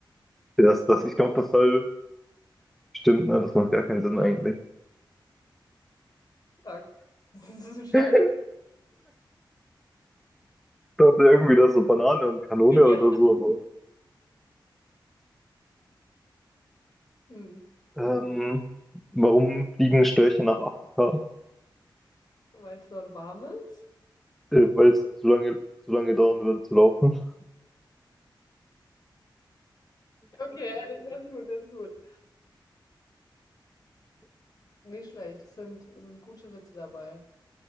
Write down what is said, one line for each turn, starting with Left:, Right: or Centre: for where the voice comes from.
Centre: das, das, ich glaube, das soll stimmt, ne? Das macht gar keinen Sinn eigentlich.
Left: Stark. Das ist ein starker.
Centre: <laughs> dachte irgendwie, das ist so Banane und Kanone
Left: Ja.
Centre: oder so.
Left: Hm,
Centre: Aber, ähm, warum fliegen Störche nach Afrika?
Left: weil es dort warm ist?
Centre: Äh, weil es zu lange, zu lange dauern würde zu laufen.
Left: Okay, <laughs> das ist gut, das ist gut. Nicht schlecht, es sind, es sind gute Witze dabei.